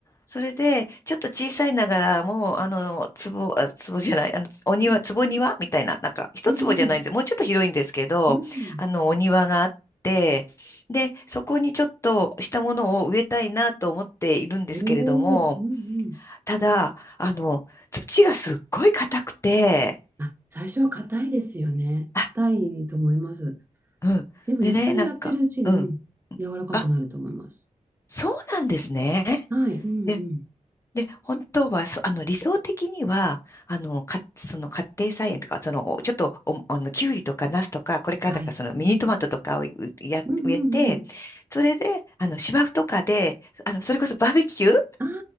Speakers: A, on the left; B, on the right.
A: それで、ちょっと小さいながら、もう、あの、壺、あ、壺じゃない、あの、お庭、
B: うんうん
A: 壺庭みたいな、なんか、一坪じゃないんですよ。
B: ええ、ええ
A: もうちょっと広いんですけど、
B: うん。
A: あの、お庭があって、で、そこにちょっとしたものを植えたいなと思っているんですけれども、
B: おお、うんうん。
A: ただ、あの、土がすっごい硬くて、
B: あ、最初は硬いですよね。硬いと思います。
A: あ、うん。
B: でも野菜やってるうちに、
A: でね、なんか、うん。
B: うん柔らかくなると思います。
A: あ、そうなんですね。
B: はい、うんうん。
A: で、で、本当は、そ、あの、理想的には、あの、か、その家庭菜園とか、その、ちょっと、お、あの、きゅうりとか、ナスとか、これからだから、
B: はい。
A: その、ミニトマトとかをうや、
B: うんうんうん。
A: 植えて、それで、あの、芝生とかで、あの、それこそバーベキュー
B: あ